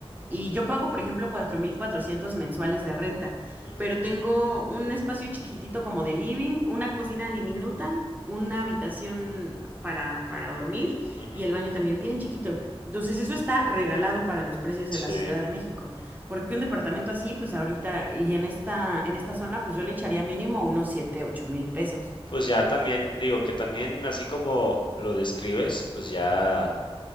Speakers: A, on the right (about 15°); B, on the left (about 50°).
A: y yo pago, por ejemplo, 4.400 mensuales de renta,
B: ujú,
A: pero tengo un espacio chiquitito como de living, una cocina diminuta, una habitación para, para dormir
B: ujú.
A: y el baño también bien chiquito. Entonces, eso está regalado para los precios de
B: Sí.
A: la Ciudad de México, porque un departamento así, pues ahorita y en esta, en esta zona, pues yo le echaría mínimo unos siete, ocho mil pesos.
B: Pues ya también, digo que también así como lo describes, pues ya